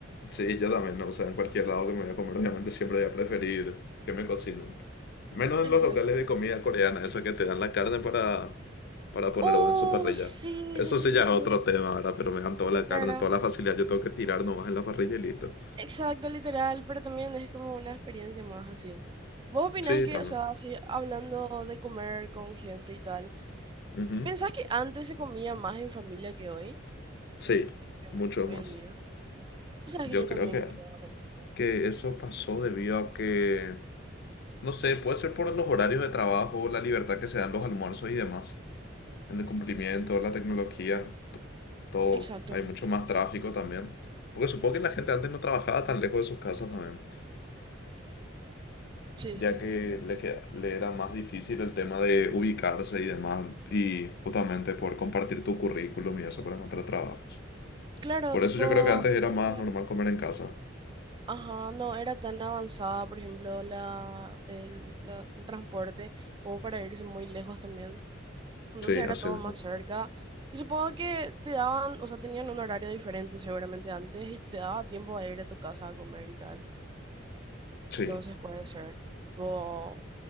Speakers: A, on the left; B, on the right.
A: Sí, yo también, ¿no? O sea, en cualquier lado que me voy a comer, obviamente siempre voy a preferir que me cocinen. Menos en
B: Exacto.
A: los locales de comida coreana, esa que te dan la carne para, para poner
B: Oh,
A: vos en su parrilla.
B: sí,
A: Eso
B: sí, sí,
A: sí
B: sí,
A: ya es
B: sí.
A: otro tema, ¿verdad? Pero me dan toda la carne,
B: Claro.
A: toda la facilidad, yo tengo que tirar nomás en la parrilla y listo.
B: Exacto, literal, pero también es como una experiencia más así. ¿Vos opinás
A: Sí,
B: que,
A: también.
B: o sea, así hablando de comer con gente y tal,
A: Ujú.
B: pensás que antes se comía más en familia que hoy?
A: Sí,
B: Que
A: mucho
B: hoy
A: más.
B: en día. Pues sabes
A: Yo
B: que yo
A: creo
B: también
A: que,
B: creo lo mismo.
A: que eso pasó debido a que, no sé, puede ser por los horarios de trabajo, la libertad que se dan los almuerzos y demás, en el cumplimiento, la tecnología. todo.
B: Exacto.
A: Hay mucho más tráfico también. Porque supongo que la gente antes no trabajaba tan lejos de sus casas también,
B: Sí,
A: ya
B: sí, sí,
A: que
B: sí, sí.
A: le, que- le era más difícil el tema de ubicarse y demás, y justamente poder compartir tu currículum y eso para encontrar trabajos.
B: Claro,
A: Por
B: tipo,
A: eso yo creo que antes
B: ponele
A: era más
B: que
A: normal comer en casa.
B: Ajá, no era tan avanzada, por ejemplo, la, el, la- el transporte, como para irse muy lejos también. Entonces
A: Sí,
B: era
A: así
B: todo
A: mismo.
B: más cerca. Y supongo que te daban, o sea, tenían un horario diferente seguramente antes y te daba tiempo a ir a tu casa a comer y tal. Entonces
A: Sí,
B: puede ser. Tipo,